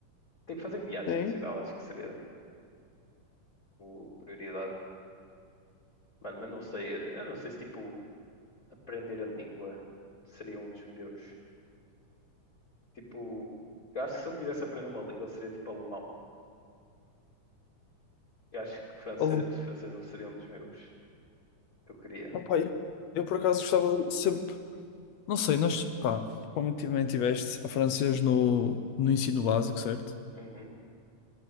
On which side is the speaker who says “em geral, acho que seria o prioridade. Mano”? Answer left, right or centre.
Left